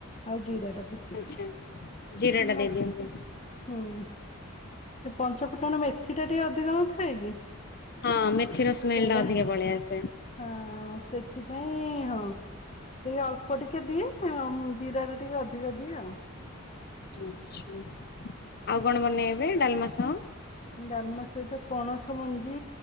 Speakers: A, on the left; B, on the left.
A: ଆଉ ଜିରା ଟା। ବେଶୀ
B: ଆଚ୍ଛା
A: ଦିଏ
B: ଜିରା
A: ମାନେ
B: ଟା ଦେଇ
A: ଅଳ୍ପ
B: ଦିଅନ୍ତି
A: ହୁଁ। ପଞ୍ଚପୁଟଣ ମେଥି ଟା ଟିକେ ଅଧିକ ନ ଥାଏ କି।
B: ହଁ ମେଥିର ସ୍ମେଲ
A: ସେଇଟା
B: ଟା ଅଧିକା ପଳେଇଆସେ।
A: ହଁ ସେଥିପାଇଁ ହଁ। ଟିକେ ଅଳ୍ପ ଟିକେ ଦିଏ ଆମ୍ ଜିରା ଟା ଟିକେ ଅଧିକ ଦିଏ ଆଉ।
B: ଆଛା ଆଉ କଣ ବନେଇବେ ଡାଲମା ସହ।
A: ଡାଲମା ସହିତ ପଣସ ମଞ୍ଜି